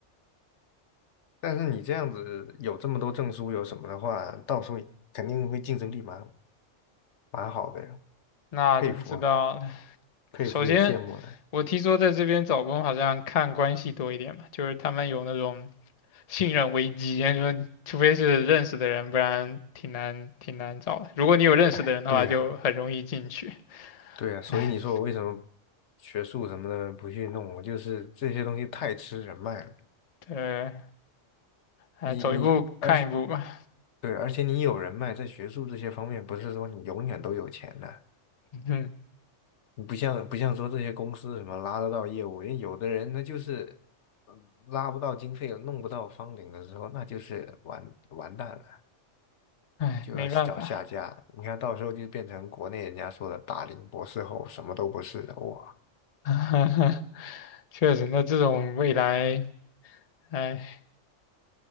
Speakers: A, on the left (about 70°); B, on the left (about 35°).
A: 但是你这样子有这么多证书有什么的话，到时候肯定会竞争力蛮蛮好的。
B: 那就不知道了。
A: 佩服啊，佩服也羡慕了。
B: 首先，我听说在这边找工好像看关系多一点吧，就是他们有那种信任危机，说除非是认识的人，不然挺难挺难找的。如果你有认识的人的话，
A: 哎，对呀，
B: 就很容易进去。
A: 对呀，所以你说我为什么
B: 唉，
A: 学术什么的不去弄？我就是这些东西太吃人脉了。
B: 对，哎，
A: 你你，
B: 走一步看一步吧。
A: 而且对，而且你有人脉，在学术这些方面，不是说你永远都有钱的。
B: 嗯，
A: 你不像不像说这些公司什么拉得到业务，因为有的人那就是嗯拉不到经费，弄不到方顶的时候，那就是完完蛋了，
B: 唉，
A: 就要找下家。
B: 没办法。
A: 你看到时候就变成国内人家说的大龄博士后，什么都不是，的，哇。
B: <laughs> 确实，那这种未来，唉。